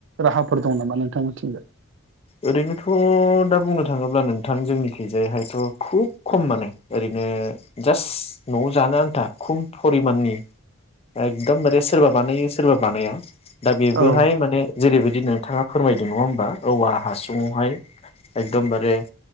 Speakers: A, on the right; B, on the left.
A: राहाफोर दं नामा नोंथांमोनथिंबो?
B: ओरैनोथ' दा बुंनो थाङोब्ला नोंथां जोंनि खैजाय हायथ' खुब खम माने ओरैनो जास्ट न'आव जानो आन्था खम परिमाननि एकदमबारे सोरबा बानायो सोरबा बानाया दा बेबोहाय
A: औ
B: माने जेरैबायदिनो नोंथाङा फोरमायदों नङा होमबा औ। हासुंङाव हाय एकदमबारे